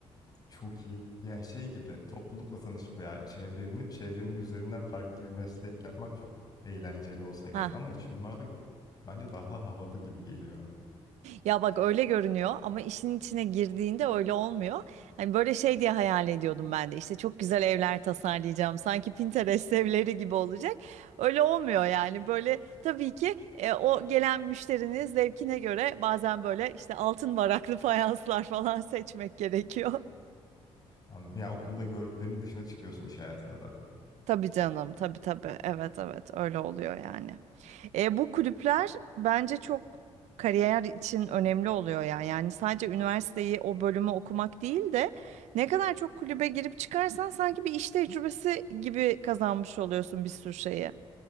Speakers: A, on the left; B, on the right.
A: Çok iyi. Yani şey gibi toplulukla tanışıp veya çevre edinip çevrenin üzerinden farklı bir meslek yapmak çok eğlenceli olsa gerek.
B: Ha.
A: Ama iç mimarlık bence daha havalı gibi geliyor.
B: Ya bak öyle görünüyor ama işin içine girdiğinde öyle olmuyor. Hani böyle şey diye hayal ediyordum ben de işte çok güzel evler tasarlayacağım sanki Pinterest evleri gibi olacak. Öyle olmuyor yani böyle tabii ki e, o gelen müşterinin zevkine göre bazen böyle işte altın varaklı <laughs> fayanslar falan seçmek gerekiyor.
A: Anladım. Yani okulda gördüklerinin dışına çıkıyorsun iş hayatında da.
B: Tabii canım tabii tabii evet evet öyle oluyor yani. E, bu kulüpler bence çok kariyer için önemli oluyor ya. Yani sadece üniversiteyi o bölümü okumak değil de ne kadar çok kulübe girip çıkarsan sanki bir iş tecrübesi gibi kazanmış oluyorsun bir sürü şeyi.